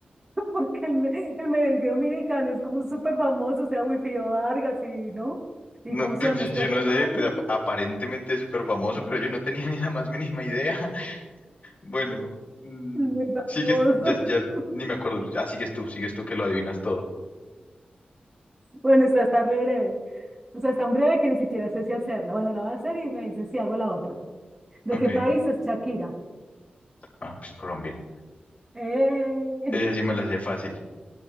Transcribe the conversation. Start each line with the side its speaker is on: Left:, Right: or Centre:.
Right: porque el, me- el merengue dominicano es como súper famoso, o sea, Wilfrido Vargas y, ¿no? ¿Y
Left: no,
Right: cómo
Left: pues,
Right: se llama
Left: yo,
Right: este
Left: yo
Right: otro
Left: no sé,
Right: man?
Left: pues ap- aparentemente es súper famoso, pero yo no tenía ni la más mínima idea. Bueno, mm,
Right: Es muy famoso.
Left: sigues, ya,
Right: <laughs>
Left: ya ni me acuerdo. Ah, sigues tú, sigues tú que lo adivinas todo.
Right: Bueno, esta está re breve. O sea, es tan breve que ni siquiera sé si hacerla. Bueno, la voy a hacer y me dice si hago la otra. ¿De
Left: Ok.
Right: qué país es Shakira?
Left: Ah, pues Colombia.
Right: ¡Eh!
Left: Esa sí me la sé fácil.